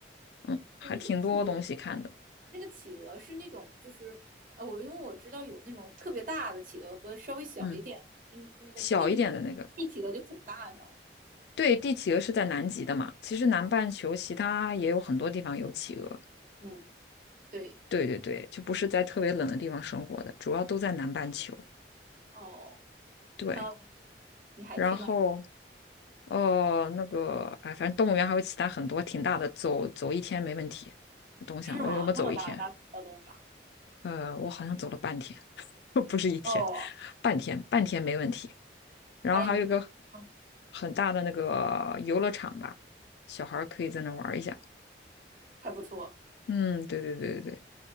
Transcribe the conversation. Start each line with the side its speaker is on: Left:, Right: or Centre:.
Left: 嗯，还挺多东西看的。
Right: 那个企鹅。那个企鹅是那种就是呃，我因为我知道有那种特别大的企鹅和稍微小一点，
Left: 嗯，
Right: 嗯，那个地地企鹅就很大，
Left: 小一点的那个，
Right: 你知道吗？
Left: 对，帝企鹅是在南极的嘛，其实南半球其他也有很多地方有企鹅。
Right: 嗯，对，
Left: 对对对，就不是在特别冷的地方生活的，主要都在南半球。
Right: 哦，
Left: 对，
Right: 还有你还去那儿
Left: 然后呃，那个哎，反正动物园还有其他很多挺大的，走走一天没问题。我东想我有没有走一天？
Right: 是吗？那么大大大动物园
Left: 呃，我好像走了半天。<laughs> 不是一天，
Right: 哦，
Left: 半天，半天没问题。然后还有一个
Right: 哎你，嗯
Left: 很大的那个游乐场吧，小孩儿可以在那玩儿一下。
Right: 嗯，还不错，
Left: 嗯，对对对对对，